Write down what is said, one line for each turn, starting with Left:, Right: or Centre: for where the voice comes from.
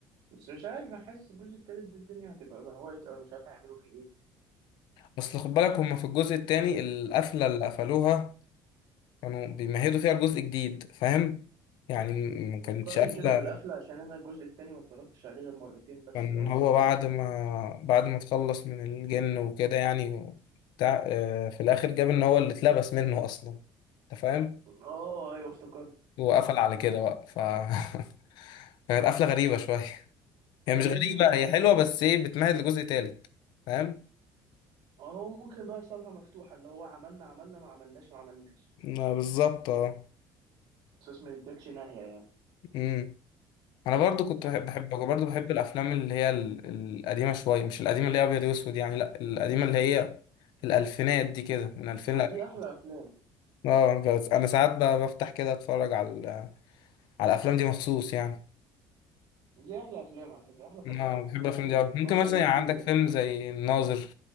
Right: بس مش عارف انا حاسس الجزء التالت ده الدنيا هتبقى بهوايت او مش عارف هيعملوا فيه ايه
Left: بس خد بالك هما في الجزء التاني القفلة اللي قفلوها كانوا بيمهدوا فيها الجزء الجديد فاهم يعني م- ما كانتش
Right: فكرني
Left: قفلة
Right: كده بالقفله عشان انا الجزء التاني ما اتفرجتش عليه غير مرتين بس
Left: كان
Right: اول
Left: هو
Right: ما نزل
Left: بعد
Right: يعني
Left: ما بعد ما تخلص من الجن وكده يعني بتاع آه، في الآخر جاب إن هو اللي اتلبس منه أصلا أنت فاهم
Right: اه ايوه افتكرت
Left: وقفل
Right: مم.
Left: على كده بقى ف <laughs> كانت قفلة غريبة شوية هي
Right: فلازم
Left: مش غريبة
Right: يبقى
Left: هي
Right: فيه
Left: حلوة
Right: تاني
Left: بس إيه بتمهد لجزء تالت فاهم
Right: هو ممكن بقى سابها مفتوحه اللي هو عملنا عملنا ما عملناش ما عملناش
Left: آه، بالظبط اه
Right: صوص ما يدكش ناحية يعني
Left: أمم. انا برضو كنت بحب بحب برضو بحب الافلام اللي هي ال- القديمه شويه مش القديمه اللي هي ابيض واسود يعني لا القديمه اللي هي الالفينات دي كده من 2000
Right: ما
Left: ل 2000
Right: دي أحلى أفلام
Left: اه بس انا ساعات ب- بفتح كده اتفرج على ال- على الافلام دي مخصوص يعني
Right: دي أحلى أفلام على فكرة أحلى فترة
Left: اه
Right: يعني
Left: بحب
Right: كنت
Left: الافلام
Right: الفترة
Left: دي أوي. ممكن مثلا
Right: دي
Left: يعني عندك فيلم زي الناظر